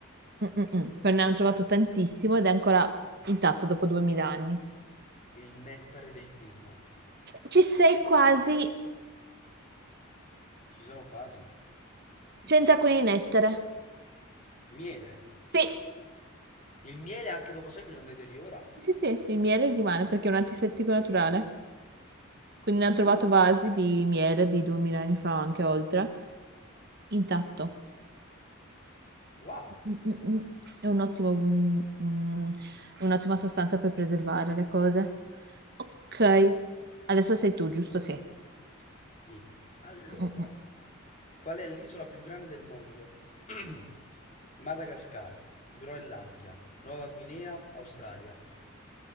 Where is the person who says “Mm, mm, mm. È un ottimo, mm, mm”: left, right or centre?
Right